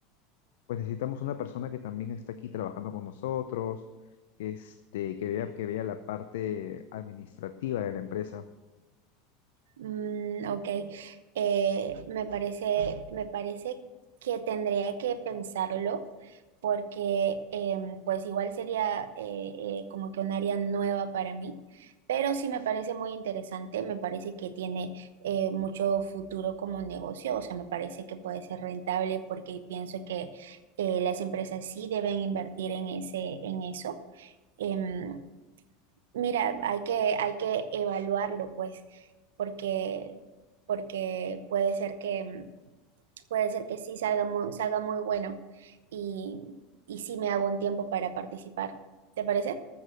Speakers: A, on the left; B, on the right.
A: pues necesitamos una persona que también esté aquí trabajando con nosotros, este, que vea, que vea la parte administrativa de la empresa.
B: Mm, ok, Eh, me parece, me parece que tendría que pensarlo porque em, pues igual sería eh, eh, como que un área nueva para mí, pero sí me parece muy interesante, me parece que tiene eh, mucho futuro como negocio, o sea, me parece que puede ser rentable porque pienso que eh, las empresas sí deben invertir en ese, en eso. Em, Mira, hay que, hay que evaluarlo, pues, porque, porque puede ser que, mm, puede ser que sí salga muy, salga muy bueno y, y sí me hago un tiempo para participar. ¿Te parece?